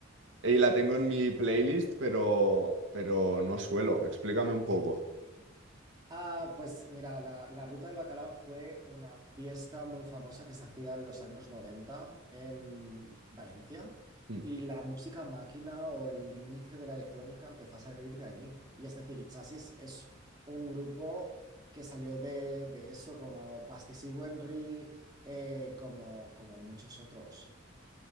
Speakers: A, on the right (about 65°); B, on the right (about 20°).
A: y la tengo en mi playlist, pero, pero no suelo. Explícame un poco.
B: Ah, pues mira, la, la Ruta del Bacalao fue una fiesta muy famosa que se hacía en los años 90 en Valencia
A: Mm.
B: y la música máquina o el inicio de la electrónica empezó a salir de allí. Y es decir, Itchasis es un grupo que salió de, de eso, como Pastis y Wenry, eh, como, como muchos otros.